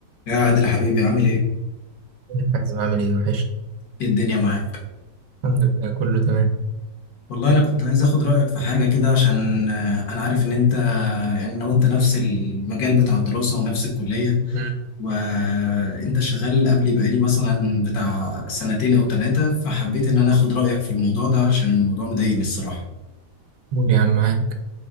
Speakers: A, on the left (about 60°); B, on the right (about 80°).
A: يا عادل حبيبي عامل ايه؟
B: يا حازم عامل ايه وحش
A: ايه الدنيا معاك؟
B: الحمد لله كله تمام
A: والله انا كنت عايز اخد رايك في حاجه كده عشان آه، انا عارف ان انت يعني انا وانت نفس المجال بتاع الدراسه ونفس الكليه
B: مم.
A: وانت شغال قبلي بقالي مثلا بتاع سنتين او ثلاثه فحبيت ان انا اخد رايك في الموضوع ده عشان الموضوع مضايقني الصراحه
B: قول يا عم معاك